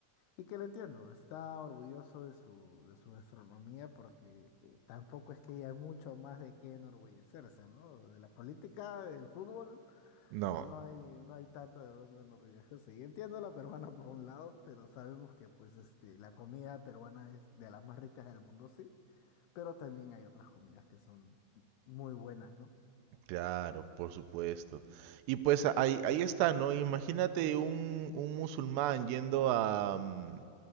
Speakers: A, on the left; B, on the right.
A: Y que lo entiendo, está orgulloso de su, de su gastronomía porque eh, tampoco es que haya mucho más de qué enorgullecerse, ¿no? De la política, del fútbol.
B: No,
A: No hay, no hay tanto de dónde nos viajes. Sí, entiendo la peruana por un lado, pero sabemos que pues este, la comida peruana es de las más ricas del mundo, sí, pero también hay otras comidas que son muy buenas, ¿no?
B: Claro, por supuesto. Y pues a- ahí, ahí está, ¿no? Imagínate un, un musulmán yendo a, mm,